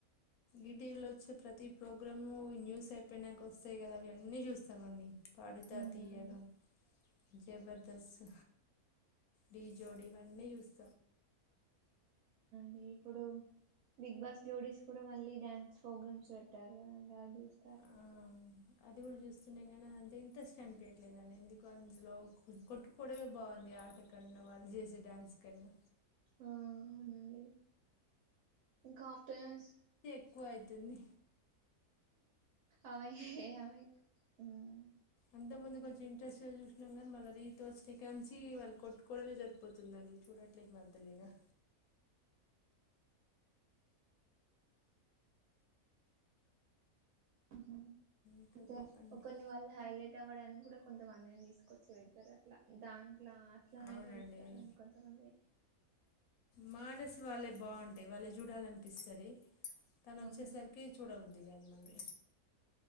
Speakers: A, on the left; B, on the right.
A: ఇ టి వి లో వచ్చే ప్రతి ప్రో గుర్రమ్మూవీ న్యూసే పోయునాంకొస్తాయి కదా అవి అన్నీ చూస్తామండి పాడుతా
B: అవునండి
A: తియ్యగా జబర్దస్త్ ఢీ జోడి ఇవన్నీ చూస్
B: మి ఇప్పుడు బిగ్ బాస్ జోడీస్ కూడా మళ్ళీ డ్యాన్స్ ప్రోగ్రామ్స్ పెట్టారు కదండి అది చూస్
A: ఆ అది కూడా చూస్తున్నాం గానీ అదంత ఇంట్రెస్ట్ అని పియ్యట్లేదని ఎందుకు అందులో కొట్టుకోవుడే బాగుంది ఆట కన్నా వాళ్ళు చేసే డ్యాన్స్ కన్నా
B: ఆ ఔనండి ఇంకా ఆఫ్టర్స్
A: క్కవైతుంది
B: అమె హే అమె ఉమ్
A: అంతకుందు కొంచెం ఇంట్రెస్ట్గా చూసినాం కానీ మళ్ళ రీతు వస్తే కాంచి వాళ్ళు కొట్టుకోవడమే సరిపోతుందండి చూడట్లే ఈ మధ్యలిగ
B: ఊహూ
A: ఇంకా
B: అంతే
A: చెప్పండి
B: కొన్ని వాళ్ళు హైలైట్ అవ్వడానికి కూడా కొంతమం లేం తీసుకొచ్చిపెడతారు అట్లా దాన్ అట్లా అట్ల నైనా
A: అవునండి
B: చూస్తారని కొంతమంది
A: మానసు వాళ్ళయి బావున్ టే వాళ్ళ చూడాలనిపిస్తది తను
B: అవునండి
A: వచ్చేసరికి చూడబుద్ ద్ది కాదు మరి